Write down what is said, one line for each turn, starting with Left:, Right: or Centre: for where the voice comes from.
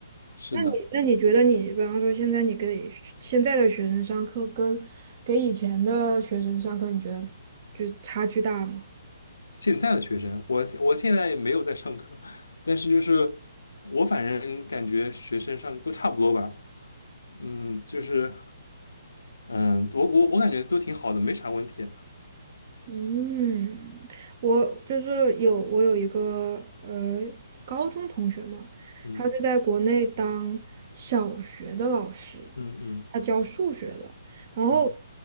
Left: 是的，
Right: 那你那你觉得你，比方说现在你给学现在的学生上课跟给以前的学生上课，你觉得就差距大吗？
Left: 现在的学生，我我现在也没有在上课，但是就是我反正感觉学生上都差不多吧，嗯，就是嗯，我我我感觉都挺好的，没啥问题，
Right: 嗯，我就是有我有一个呃高中同学嘛，
Left: 嗯
Right: 他是在国内当小学的老师，
Left: 嗯嗯
Right: 他教数学的，然后
Left: 嗯